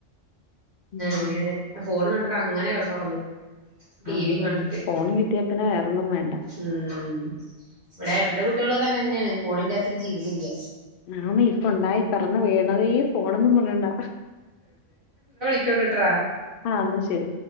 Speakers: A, on the left (about 60°); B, on the right (about 35°).
A: ഉം
B: അങ്ങനെ ഫോണ് ക അങ്ങനെ കിടന്നുറങ്ങും. ടിവിയും
A: ആ
B: കണ്ടിട്ട്
A: ഫോൺ കിട്ടിയാ പിന്നെ വേറൊന്നും വേണ്ട.
B: ഉം ഇവിടെ ഏട്ടൻ്റെ കുട്ടിയോളൊക്കെ അങ്ങനെ തന്നെയാണ്. ഫോണിലാത്തൊരു ജീവിതം ഇല്ല.
A: അന്നേ ഇപ്പുണ്ടായി പെറന്നു വീഴണതെ ഫോണ് എന്നും പറഞ്ഞു കൊണ്ടാ
B: ക്ക് ഉണ്ടൂട്ര <unintelligible>
A: ആ എന്ന ശരി